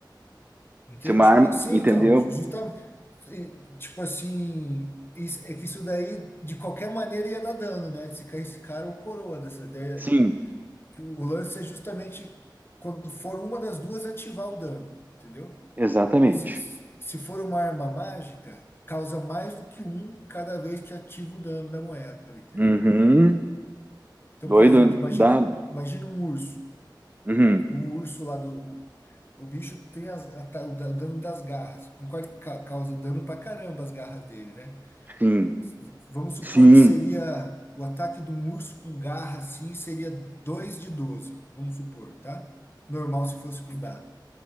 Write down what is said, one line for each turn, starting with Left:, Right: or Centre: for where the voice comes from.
Left: Entendi.
Right: Se é uma arma,
Left: Sim,
Right: entendeu?
Left: então, justamente. eh, Tipo assim, isso- é que isso daí, de qualquer maneira, ia dar dano, né? Se caísse cara ou coroa dessa ideia.
Right: Sim,
Left: Que o lance é justamente quando for uma das duas ativar o dano, entendeu?
Right: exatamente.
Left: Desse, se for uma arma mágica, causa mais do que um cada vez que ativa o dano da moeda, entendeu?
Right: Uhum.
Left: Então,
Right: Doido,
Left: por exemplo, imagina
Right: dá.
Left: um, imagina um urso.
Right: Uhum.
Left: O urso lá do. O bicho tem as- a ta- o da- dano das garras. Concordo que ca- causa dano pra caramba as garras dele, né?
Right: Sim,
Left: V- Vamos supor
Right: sim,
Left: que seria o ataque de um urso com garra assim, seria dois de doze vamos supor, tá? Normal se fosse com dado,